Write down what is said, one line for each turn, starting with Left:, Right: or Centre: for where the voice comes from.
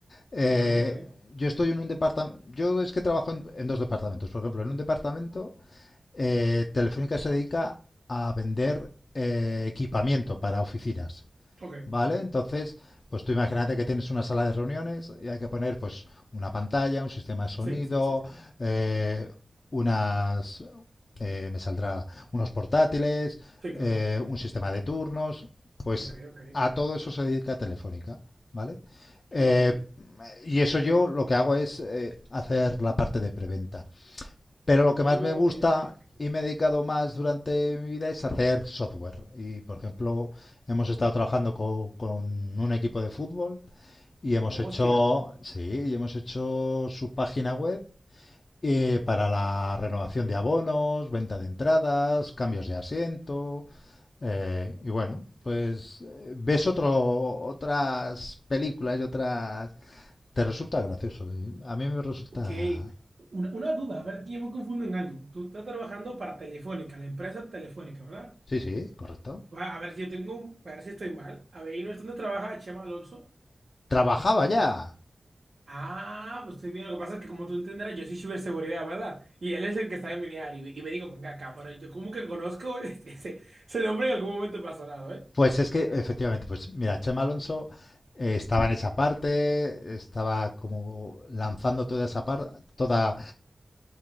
Left: Eh,
Right: Ok, ok.
Left: yo estoy en un departamento, yo es que trabajo en, en dos departamentos, por ejemplo, en un departamento eh, Telefónica se dedica a vender eh, equipamiento para oficinas.
Right: Ok,
Left: ¿Vale?
Right: ok.
Left: Entonces, pues tú imagínate que tienes una sala de reuniones y hay que poner pues una pantalla, un sistema de sonido,
Right: Sí, sí, sí, sí.
Left: eh, unas, eh, me saldrá unos portátiles,
Right: Sí, claro.
Left: eh, un sistema de turnos, pues
Right: Ok, ok.
Left: a todo eso se dedica Telefónica, ¿vale? Eh,
Right: Ok,
Left: y eso yo lo que hago es eh, hacer la parte de preventa. Pero lo que más
Right: ok,
Left: me gusta
Right: ok, ok.
Left: y me he dedicado más durante mi vida es hacer software. Y, por ejemplo, hemos estado trabajando co- con, un equipo de fútbol y hemos
Right: Hostia.
Left: hecho, sí, y hemos hecho su página web eh, para la renovación de abonos, venta de entradas, cambios de asiento. eh, y bueno, pues eh, ves otro, otras películas y otras... Te resulta gracioso. A mí me resulta...
Right: Ok. Una, una duda, a ver, que yo me confundo en algo. Tú estás trabajando para Telefónica, la empresa Telefónica, ¿verdad?
Left: Sí, sí, correcto.
Right: Va, a ver si yo tengo, un- a ver si estoy mal. A ver, ¿y no es donde trabaja Chema Alonso?
Left: Trabajaba ya.
Right: Ah, pues estoy bien. Lo que pasa es que como tú entenderás, yo soy ciberseguridad, ¿verdad? Y él es el que está en mi área. Y, me y me digo, venga acá, pero yo como que conozco <laughs> ese, ese- ese nombre en algún momento me ha sonado, ¿eh?
Left: Pues es que efectivamente, pues mira, Chema Alonso eh, estaba en esa parte, estaba como lanzando toda esa par- toda,